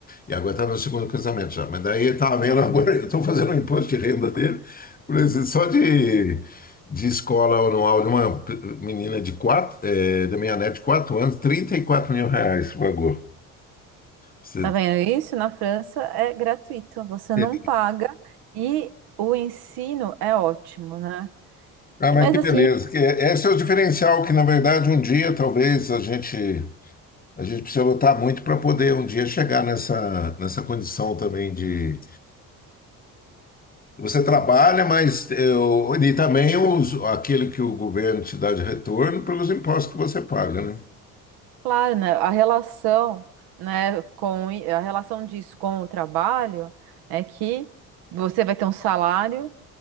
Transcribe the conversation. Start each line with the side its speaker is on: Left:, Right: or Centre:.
Left: E agora está no segundo casamento já. Mas daí eu estava vendo agora, eu estou fazendo o imposto de renda dele, por exemplo, só de, de escola anual de uma menina de quatro, eh, da minha neta de quatro anos, 34 mil reais pagou. Você
Right: Tá vendo isso? Na França é gratuito, você
Left: é.
Right: não paga e o ensino é ótimo, né?
Left: ah,
Right: E
Left: mas
Right: mas
Left: que
Right: assim,
Left: beleza. Que é- Esse é o diferencial que, na verdade, um dia talvez a gente A gente precisa lutar muito para poder um dia chegar nessa, nessa condição também de. Você trabalha, mas eu, e também os, aquilo que o governo te dá de retorno pelos impostos que você paga, né?
Right: claro, né, a relação, né, com a relação disso com o trabalho é que você vai ter um salário